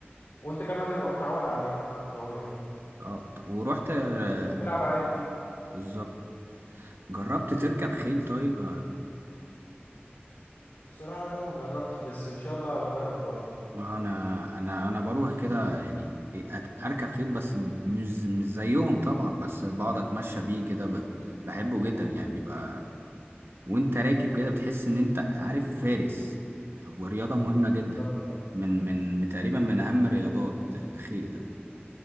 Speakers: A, on the left; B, on the right.
A: وأنت كمان تبقى متعود عليه عن الطبيعي
B: اه ورحت آه،
A: إنك بتلعب عليه كتير
B: بالظبط جربت تركب خيل طيب آه،
A: الصراحة لا ما جربتش بس إن شاء الله هجرب قريب
B: انا انا انا بروح كده يعني أت- اركب خيل بس م- مش مش زيهم طبعا بس بقعد اتمشى بيه كده ب- بحبه جدا يعني بيبقى وانت راكب كده بتحس ان انت عارف فارس ورياضة مهمة جدا
A: طب
B: من من من- تقريبا من اهم رياضات الخيل ده